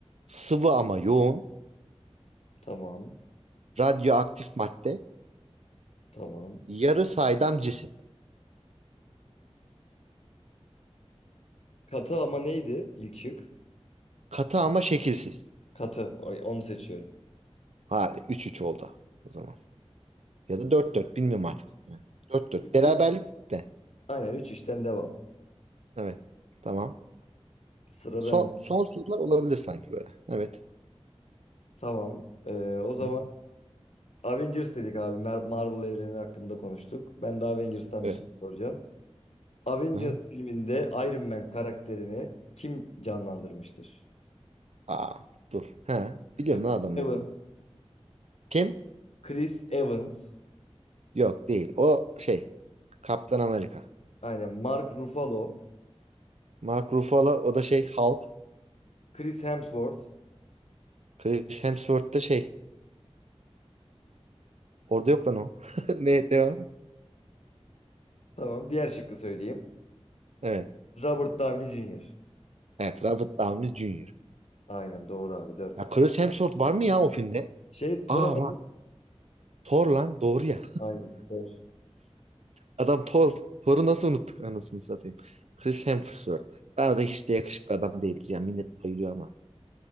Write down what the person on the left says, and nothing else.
Tamam.
Tamam.
Katı ama neydi ilk şık?
Katı. Ay, Onu seçiyorum.
Üç,
aynen 3 işten devam.
Sıra
ben.
Tamam. Ee, o zaman
Avengers dedik abi. Mar- Marvel evreni hakkında konuştuk. Ben de Avengers'tan
bir soru soracağım. Avengers
filminde Iron Man karakterini kim canlandırmıştır?
Chris
Evans.
Chris Evans.
Aynen. Mark Ruffalo.
Chris Hemsworth.
Tamam. Diğer şıkkı söyleyeyim.
Robert Downey Jr.
Aynen doğru abi. dört.
Şey Thor
abi.
Aynen Thor.